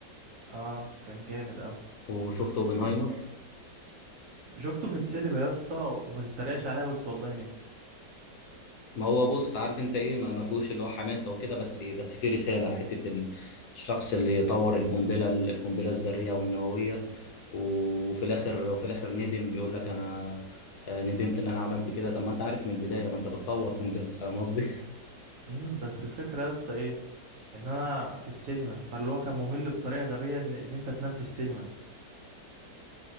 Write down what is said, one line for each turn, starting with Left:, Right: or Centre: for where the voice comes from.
Right: اه كان جامد اوي
Left: وشفت اوبنهايمر
Right: شفته في السينما يا اسطى وما تتريقش عليا بس والله نمت
Left: ما هو بص عارف انت ايه ما ما فيهوش اللي هو حماسه وكده بس بس في رساله حته ال- الشخص اللي طور القنبله القنبله الذريه والنوويه وفي الاخر وفي الاخر ندم يقول لك انا آه، ندمت ان انا عملت كده طب ما انت عارف من البدايه ما انت بتطور قنبله فاهم قصدي؟
Right: امم بس الفكرة يا اسطى ايه ان انا في السينما فاللي هو كان ممل بطريقه غبيه ان ان انت تنام في السينما